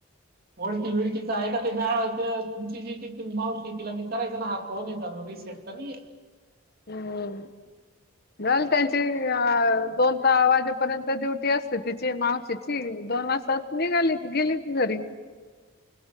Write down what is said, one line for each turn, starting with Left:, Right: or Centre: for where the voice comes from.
Right: ओळखी बिळकीचं आहे का ते मला वाटतं तुमची जी मावशी तिला विचारायचं ना हा फोन आहे रिसेंट कवी
Left: हम. झालं त्यांची दोन वाजेपर्यंत ड्युटी असते तिची मावशीची दोन वाजता नीगाली ती गेली ती घरी.